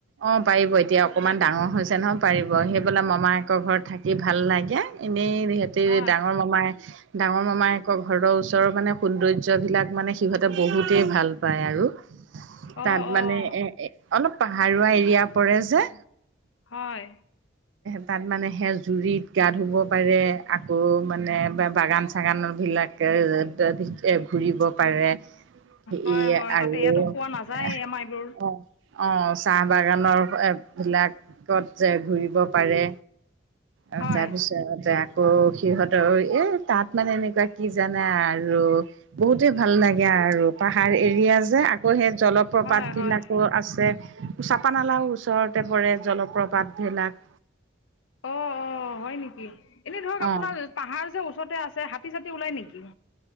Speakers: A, on the right; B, on the left.
A: অ পাৰিব এতিয়া অকণমান ডাঙৰ হৈছে নহয় পাৰিব, সি বোলে মামায়কৰ ঘৰত থাক কি ভাল লাগে এনেই সিহঁতে
B: হয়
A: ডাঙৰ মমাই ডাঙৰ মমায়েকৰ ঘৰৰ ওচৰৰ মানে সৌন্দৰ্যবিলাক মানে সিহঁতে বহুতেই ভাল পায় আৰু। তাত
B: অঁ
A: মানে
B: অঁ
A: এ এ অলপ পাহাৰুৱা এৰিয়া পৰে যে।
B: হয়।
A: তাত মানে সেই জুৰিত গা ধুব পাৰে আকৌ মানে বাগান চাগানৰ বিলাক <inaudible> ঘূৰিব পাৰে।
B: হয়
A: ই
B: হয়
A: আৰু
B: তাতে ইয়াতো
A: অ
B: পোৱা নাযায় আমাৰ এইবোৰ
A: অ চাহ বাগানৰ এ বিলাকত যে ঘূৰিব পাৰে। আৰু
B: হয়
A: তাৰপিছতে আকৌ সিহঁতৰ এ তাত মানে এনেকুৱা কি জানা আৰু। বহুতেই ভাল লাগে আৰু। পাহাৰ এৰিয়া যে আকৌ সেই জলপ্ৰপাত
B: হয়
A: বিলাকো
B: হয়
A: আছে। চাপানালাও ওচৰতে পৰে জলপ্ৰপাতবিলাক।
B: অ' অ' হয় নেকি এনে ধৰক আপোনাৰ
A: অ
B: পাহাৰ যে ওচৰতে আছে হাতী চতি ওলাই নেকি?